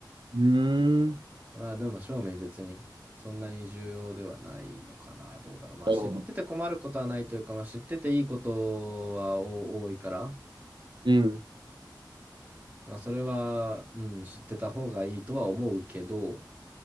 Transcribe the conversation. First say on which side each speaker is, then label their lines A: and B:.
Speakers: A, on the right; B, on the right.
A: うーん。
B: まあでも正味別にそんなに重要ではないのかな、どうだろう。まあ知ってて困ることはないというか、
A: なるほど。
B: まあ知ってていいことはお多いから、
A: うん。
B: まあそれは、うん、知ってた方がいいとは思うけど、